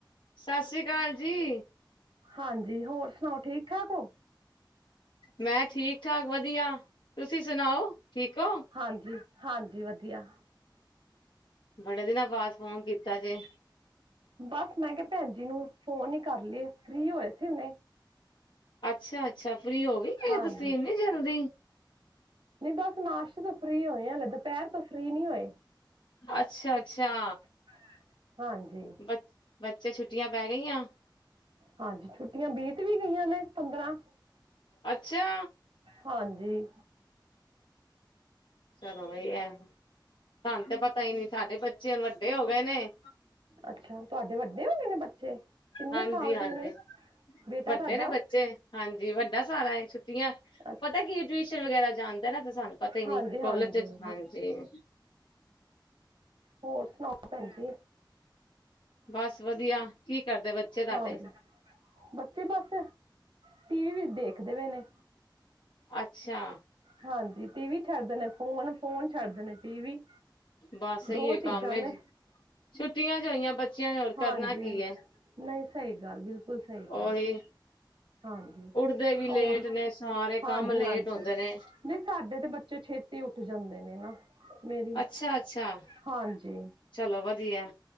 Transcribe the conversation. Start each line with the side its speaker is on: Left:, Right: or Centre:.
Left: ਸਤਿ ਸ੍ਰੀ ਅਕਾਲ ਜੀ।
Right: ਹਾਂਜੀ ਹੋਰ ਸੁਣਾਓ ਠੀਕ ਠਾਕ ਹੋ।
Left: ਮੈਂ ਠੀਕ ਠਾਕ ਵਧੀਆ, ਤੁਸੀਂ ਸੁਣਾਓ ਠੀਕ ਹੋ?
Right: ਹਾਂਜੀ-ਹਾਂਜੀ, ਵਧੀਆ।
Left: ਬੜੇ ਦਿਨਾਂ ਬਾਅਦ ਫੋਨ ਕੀਤਾ ਜੇ।
Right: ਬਸ ਮੈਂ ਕਿਹਾ ਪੈਣ ਜੀ ਨੂੰ ਫੋਨ ਹੀ ਕਰ ਲਈਏ ਫ੍ਰੀ ਹੋਏ ਸੀ ਹੁਨੇ।
Left: ਅੱਛਾ-ਅੱਛਾ, ਫ੍ਰੀ ਹੋ ਵੀ ਗਏ
Right: ਹਾਂਜੀ
Left: ਤੁਸੀਂ ਇੰਨੀ ਜਲਦੀ।
Right: ਨਹੀਂ ਬਸ ਨਾਸ਼ਤੇ ਤੋਂ ਫਰੀ ਹੋਏ ਹਲੇ, ਦੁਪਹਿਰ ਤੋਂ ਫ੍ਰੀ ਨਹੀਂ ਹੋਏ।
Left: ਅੱਛਾ-ਅੱਛਾ।
Right: <unintelligible> ਹਾਂਜੀ।
Left: ਬਚ-ਬੱਚੇ ਛੁੱਟੀਆਂ ਪੈ ਗਈਆ?
Right: ਹਾਂਜੀ, ਛੁੱਟੀਆਂ ਬੀਤ ਵੀ ਗਈਆਂ ਨੇ ਪੰਦਰਾਂ।
Left: ਅੱਛਾ।
Right: ਹਾਂਜੀ
Left: ਚਲੋ ਵਈ ਐ। ਸਾਨੂੰ ਤੇ ਪਤਾ ਹੀ ਨੀ ਸਾਡੇ ਬੱਚੇ ਨੂੰ ਵੱਡੇ ਹੋ ਗਏ ਨੇ।
Right: ਅੱਛਾ ਤੁਹਾਡੇ ਵੱਡੇ ਹੋਗੇ ਨੇ ਬੱਚੇ, ਕਿੰਨੇ
Left: ਹਾਂਜੀ
Right: ਸਾਲ
Left: ਹਾਂਜੀ
Right: ਦੇ ਨੇ, ਬੇਟਾ
Left: ਵੱਡੇ
Right: ਤੁਹਾਡਾ?
Left: ਨੇ ਬੱਚੇ ਹਾਂਜੀ ਵੱਡਾ ਸਾਰਾ ਹੈ ਛੁੱਟੀਆਂ,
Right: ਅੱਛ-
Left: ਪਤਾ ਕੀ ਟਿਊਸ਼ਨ ਵਗੈਰਾ ਜਾਂਦਾ ਨਾ ਤੇ ਸਾਨੂੰ ਪਤਾ ਹੀ ਨਹੀਂ
Right: ਹਾਂਜੀ
Left: ਕੋਲਜ
Right: ਹਾਂਜੀ
Left: 'ਚ ਹਾਂਜੀ।
Right: ਹੋਰ ਸੁਣਾਓ ਭੈਣ ਜੀ।
Left: ਬਸ ਵਧੀਆ, ਕੀ ਕਰਦੇ ਬੱਚੇ ਤੁਹਾਡੇ?
Right: ਹਾਂਜੀ ਬੱਚੇ ਬਸ, ਟੀਵੀ ਦੇਖਦੇ ਪਏ ਨੇ।
Left: ਅੱਛਾ।
Right: ਹਾਂਜੀ ਟੀਵੀ ਛੱਡ ਦੇ ਨੇ ਫੂਨ, ਫੂਨ ਛੱਡ ਦੇ ਨੇ ਟੀਵੀ।
Left: ਬਸ ਇਹੀ
Right: ਦੋ ਚੀਜ਼ਾਂ
Left: ਕੰਮ ਏ,
Right: ਨੇ
Left: ਛੁੱਟੀਆਂ 'ਚ ਹੋਈਆਂ ਬੱਚਿਆਂ ਨੇ ਹੋਰ
Right: ਹਾਂਜੀ
Left: ਕਰਨਾ ਕੀ ਏ।
Right: ਨਹੀਂ ਸਹੀ ਗੱਲ ਬਿਲ ਬਿਲਕੁਲ ਸਹੀ
Left: ਉਹੀ
Right: ਗੱਲ। ਹਾਂਜੀ,
Left: ਉੱਠਦੇ ਵੀ ਲੇਟ
Right: ਹੋਰ
Left: ਨੇ ਸਾਰੇ
Right: ਹਾਂਜੀ-ਹਾਂਜੀ।
Left: ਕੰਮ <unintelligible>
Right: ਨਹੀਂ ਸਾਡੇ ਤੇ ਬੱਚੇ ਛੇਤੀ ਉੱਠ ਜਾਂਦੇ ਨੇ ਨਾ। ਮੇਰੀ,
Left: ਅੱਛਾ ਅੱਛਾ
Right: ਹਾਂਜੀ।
Left: ਚਲੋ ਵਧੀਆ,